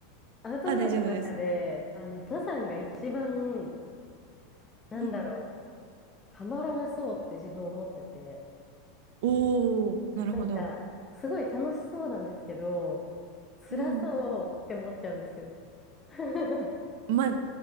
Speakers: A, on the left (about 20°); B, on the right (about 60°).
A: アウトドアの中で、
B: あ、大丈夫です。
A: あの、登山が一番、なんだろう、
B: うん。
A: ハマらなそうって自分思ってて、
B: おー、なるほど。
A: なんか、すごい楽しそうなんですけど、辛そうって思っちゃうんですよ。
B: うん。
A: <laughs>
B: まあ、